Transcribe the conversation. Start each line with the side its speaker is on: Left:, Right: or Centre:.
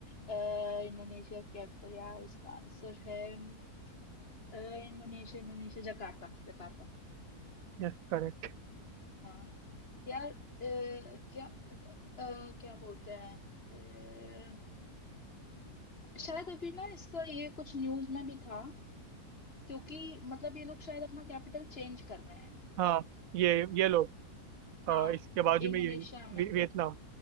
Left: अ, इंडोनेशिया कैपिटल यार इसका आंसर है अ, इंडोनेशिया इंडोनेशिया जकार्ता जकार्ता
Right: Yes correct
Left: हाँ यार अ, क्या अ, क्या बोलते हैं अ, शायद अभी ना इसका ये कुछ न्यूज में भी था क्योंकि मतलब ये लोग शायद अपना कैपिटल चेंज कर रहे हैं
Right: हाँ ये ये लोग अ,
Left: हाँ
Right: इसके बाजू
Left: म- इंडोनेशिया
Right: में ये
Left: में
Right: वी- वियतनाम